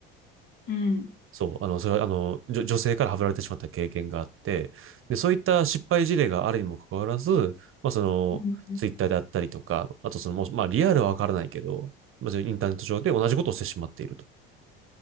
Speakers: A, on the left; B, on the right.
A: うん。
B: そう、あの、それは、あの、女女性からはぶられてしまった経験があって、で、そういった失敗事例があるにもかかわらず、まあ、その、
A: うん
B: ツイッターであったりとか、あとその、もうまあ、リアルはわからないけど、まあ、そのインターネット上で同じことをしてしまっていると。